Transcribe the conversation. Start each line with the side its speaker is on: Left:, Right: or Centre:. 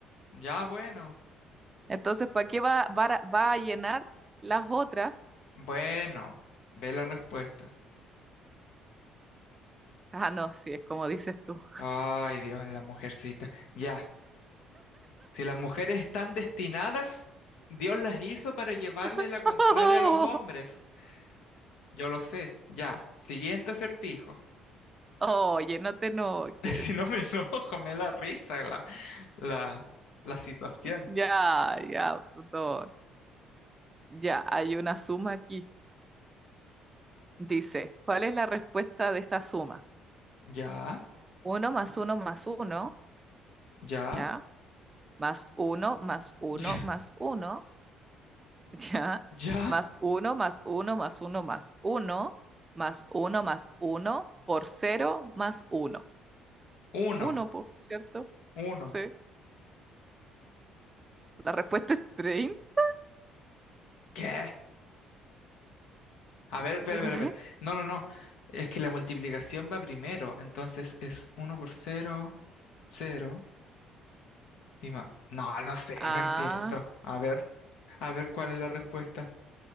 Left: Ya, bueno,
Right: Entonces, ¿para qué va, va, a- va a llenar las otras?
Left: bueno, ve la respuesta.
Right: Ah, no, sí, es como dices tú.
Left: Ay, Dios, la mujercita. Ya, si las mujeres están destinadas, Dios las hizo para llevarle
Right: <laughs>
Left: la contraria a los hombres. Yo lo sé, ya. Siguiente acertijo.
Right: Oye, no te enojes.
Left: <laughs> Si no me enojo, me da risa la, la, la situación.
Right: Ya, ya, perdón. Ya, hay una suma aquí. Dice, ¿cuál es la respuesta de esta suma?
Left: Ya,
Right: Uno más uno más uno,
Left: ya,
Right: ¿ya? más uno, más uno,
Left: ya,
Right: más uno, <laughs> ¿ya?
Left: ya.
Right: Más uno, más uno, más uno, más uno, más uno, más uno, por cero, más uno.
Left: Uno,
Right: Uno, pues, ¿cierto?
Left: uno.
Right: Sí. La respuesta es 30.
Left: ¿Qué? A ver, ver,
Right: Guay.
Left: ver, ver.
Right: <laughs>
Left: No, no, no. Es que la multiplicación va primero. Entonces es uno por cero, cero y más. No, no sé,
Right: Ah,
Left: no entiendo. A ver, a ver cuál es la respuesta.